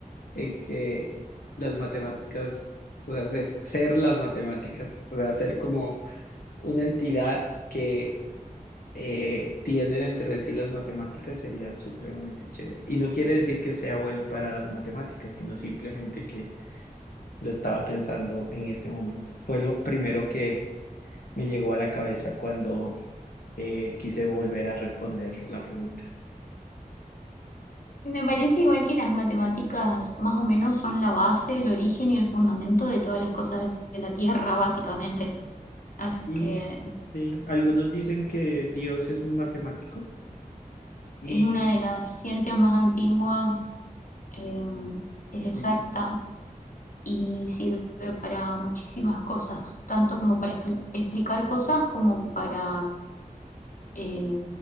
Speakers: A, on the left; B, on the left.
A: en que las matemáticas, o sea, ser, ser las matemáticas, o sea, ser como una entidad que eh, tiene dentro de sí las matemáticas sería supremamente chévere. Y no quiere decir que sea bueno para las matemáticas, sino simplemente que lo estaba pensando en este momento. Fue lo primero que me llegó a la cabeza cuando eh, quise volver a responder la pregunta.
B: Y me parece igual que las matemáticas más o menos son la base, el origen y el fundamento de todas las cosas de la Tierra, básicamente. Así
A: Sí,
B: que
A: sí. Algunos dicen que Dios es un matemático y
B: es una de las ciencias más antiguas, eh, es
A: sí,
B: exacta y sirve para muchísimas cosas, tanto como para expli- explicar cosas como para, eh,